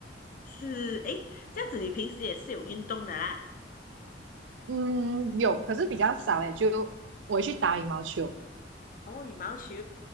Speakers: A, on the left (about 45°); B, on the right (about 85°).
A: 是，诶，这样子你平时也是有运动的啦。
B: <laughs> 嗯，有，可是比较少诶，就我会去打羽毛球。
A: 哦，羽毛球，